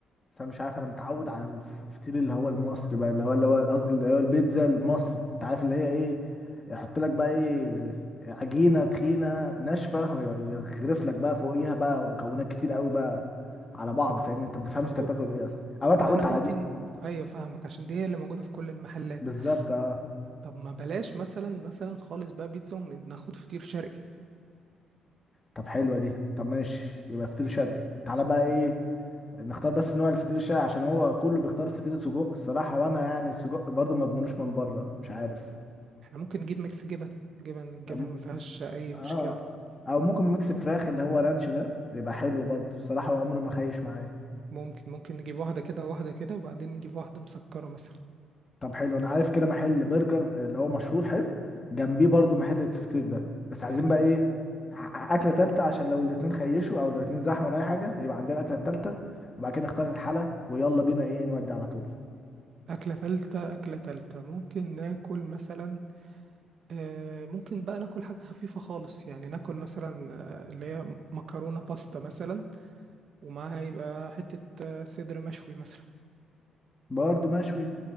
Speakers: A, on the left; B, on the right.
A: بس انا مش عارف انا متعود على الفطير اللي هو المصري بقى اللي هو اللي هو قصدي اللي هو البيتزا المصري انت عارف اللي هي ايه يحط لك بقى ايه عجينه تخينه ناشفه وي- ويغرف لك بقى فوقيها بقى مكونات كتير قوي بقى على بعض
B: طب
A: فاهمني انت ما تفهمش
B: طب
A: انت بتاكل ايه اصلا انا
B: طب
A: اتعودت
B: ما احنا
A: على
B: ممكن
A: دي
B: ايوه فاهمك عشان دي هي اللي موجوده في كل المحلات
A: بالظبط اه
B: طب ما بلاش مثلا مثلا خالص بقى بيتزا وناخد فطير شرقي
A: طب حلوه دي طب ماشي يبقى فطير شرقي تعالى بقى ايه نختار بس نوع الفطير الشرقي عشان هو كله بيختار فطير سجق الصراحه وانا يعني السجق برضو ما اضمنوش من بره مش عارف
B: احنا ممكن نجيب ميكس جبن جبن الجبن
A: أم-
B: ما فيهاش اي
A: اه
B: مشكلة
A: او ممكن ميكس فراخ اللي هو رانش ده يبقى حلو برضو الصراحه عمره ما خيش معايا
B: ممكن ممكن نجيب واحدة كده وواحدة كده وبعدين نجيب واحدة مسكرة مثلا
A: طب حلو انا عارف كده محل برجر اللي هو مشهور حلو جنبيه برضو محل الفطير ده بس عايزين
B: حلو
A: بقى ايه ع- اكله تالته عشان لو الاتنين خيشوا او لو الاتنين زحمه ولا اي حاجه يبقى عندنا الاكله التالته وبعد كده نختار الحلا ويلا بينا ايه نودي على طول
B: أكلة تالتة أكلة تالتة ممكن ناكل مثلا آه ممكن بقى ناكل حاجة خفيفة خالص يعني ناكل مثلا آه اللي هي مكرونة باستا مثلا ومعاها يبقى حتة آه صدر مشوي مثلا
A: برضو مشوي